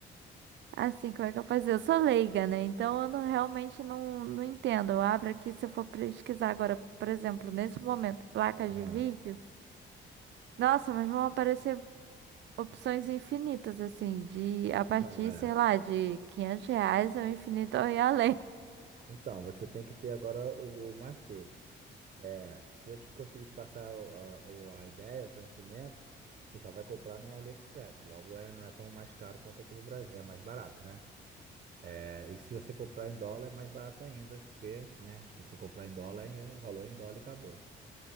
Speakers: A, on the right; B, on the right.
A: Assim, como é que eu posso dizer? Eu sou leiga, né? Então eu não, realmente não, não entendo. Eu abro aqui, se eu for pesquisar agora, por exemplo, nesse momento, placas
B: Aham.
A: de vídeo, nossa, mas vão aparecer opções infinitas, assim, de a partir,
B: Não, é.
A: sei lá, de quinhentos reais ao infinito e além.
B: Então, você tem que ter agora o, o macete. É, se eu te conseguir te passar o- a, o- a ideia, o conhecimento, você já vai comprar no AliExpress. Logo, é, não é tão mais caro quanto aqui no Brasil. É mais barato, né? É, e se você comprar em dólar é mais barato ainda, porque, né, se você comprar em dólar, é- o valor é em dólar e acabou.